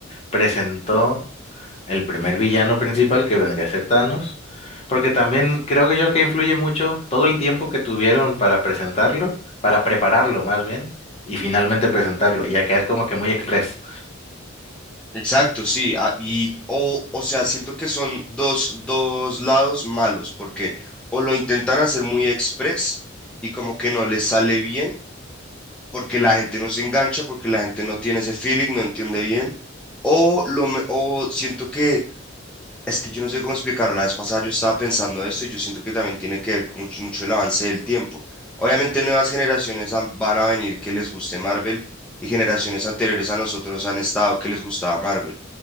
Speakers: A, on the left; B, in the centre.
A: presentó el primer villano principal que vendría a ser Thanos, porque también creo que yo que influye mucho todo el tiempo que tuvieron para presentarlo, para prepararlo más bien, y finalmente presentarlo, y acá es como que muy express.
B: Exacto, sí, ah, y o, o sea, siento que son dos, dos lados malos, porque o lo intentan hacer muy express y como que no les sale bien, porque la gente no se engancha, porque la gente no tiene ese feeling, no entiende bien, o lo me- o siento que es que yo no sé cómo explicarlo, la vez pasada yo estaba pensando esto y yo siento que también tiene que ver con mucho, mucho el avance del tiempo. Obviamente nuevas generaciones han- van a venir que les guste Marvel y generaciones anteriores a nosotros han estado que les gustaba Marvel